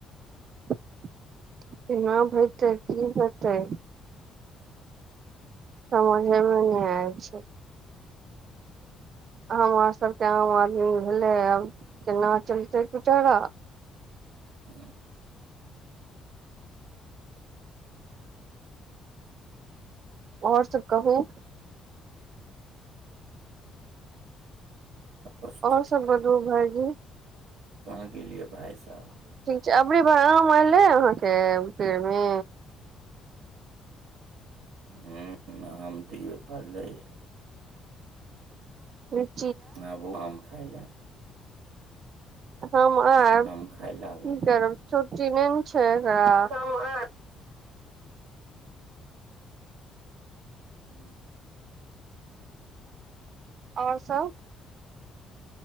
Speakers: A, on the right; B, on the right.
A: केना होेतै की होेतै समझेमे नहि आय छै हमर सभके आम आदमी भेलै आब केना चलतैचारा
B: हूँ
A: और सभ कहू
B: औरा
A: और
B: ठीक
A: सब बतबू भाईजी
B: कहाँ गेलियै भाय साहब
A: कै एबरी बार आम एले अहाँके पेड़ मे
B: ह हम तऽए पड़लैए
A: ह
B: आ बो खाइल
A: हम आयब
B: आम
A: की
B: खाय लए आबू
A: करब छुटी न छै एकरा
B: हूँ, त <inaudible>
A: और सभ